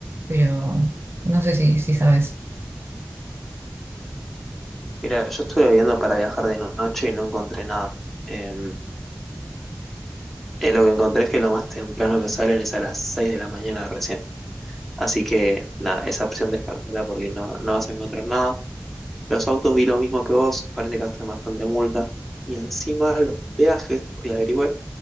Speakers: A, on the right (about 50°); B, in the centre.
A: Pero no sé si, si sabes.
B: Mira, yo estuve viendo para viajar de noche y no encontré nada. Eh, eh, lo que encontré es que lo más temprano que salen es a las 6 de la mañana recién. Así que nada, esa opción descartala porque no, no vas a encontrar nada. Los autos vi lo mismo que vos, parece que hacen bastante multa. Y encima los peajes, hoy averigüé,